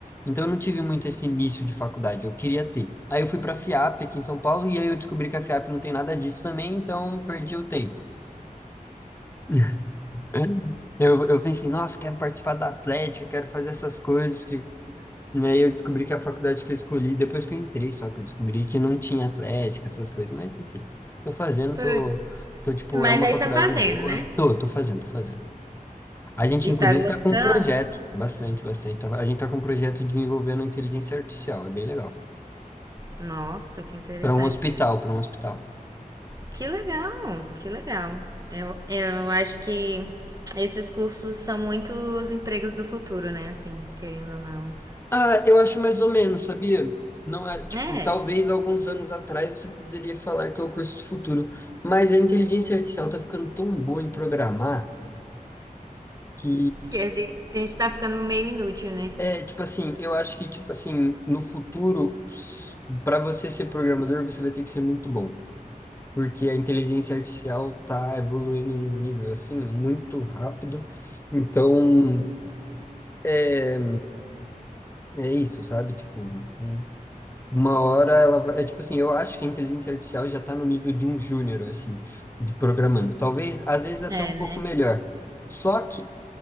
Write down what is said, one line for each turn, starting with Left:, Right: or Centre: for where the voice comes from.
Left: Então, eu não tive muito esse início de faculdade, eu queria ter. Aí eu fui para a FIAP aqui em São Paulo e aí eu descobri que a FIAP não tem nada disso também, então eu perdi o tempo. <laughs> Eu, eu pensei, nossa, quero participar da Atlética, quero fazer essas coisas, porque né, aí eu descobri que a faculdade que eu escolhi, depois que eu entrei, só que eu descobri que não tinha Atlética, essas coisas, mas enfim, tô fazendo,
Right: Putz,
Left: tô, tô tipo,
Right: Mas
Left: é uma
Right: aí
Left: faculdade
Right: tá fazendo,
Left: boa,
Right: né?
Left: tô, tô fazendo, tô fazendo. A gente,
Right: E
Left: inclusive,
Right: tá gostando?
Left: tá com um projeto, bastante, bastante, tá- a gente tá com um projeto desenvolvendo inteligência artificial, é bem legal.
Right: Nossa, que interessante.
Left: Para um hospital, para um hospital.
Right: Que legal, que legal. Eu, eu acho que esses cursos são muito os empregos do futuro, né? Assim, querendo ou não.
Left: Ah, eu acho mais ou menos, sabia? Não é, tipo,
Right: É,
Left: talvez alguns anos atrás você poderia falar que é o curso do futuro, mas a inteligência artificial tá ficando tão boa em programar que
Right: que a gente, a gente tá ficando meio inútil, né?
Left: é, tipo assim, eu acho que tipo assim, no futuro, para você ser programador, você vai ter que ser muito bom, porque a inteligência artificial tá evoluindo num nível assim muito rápido. Então, é, é isso, sabe? Tipo, Uma hora ela vai, é tipo assim, eu acho que a inteligência artificial já está no nível de um júnior, assim, de programando. Talvez, às vezes, até
Right: É,
Left: um pouco
Right: né?
Left: melhor. Só que,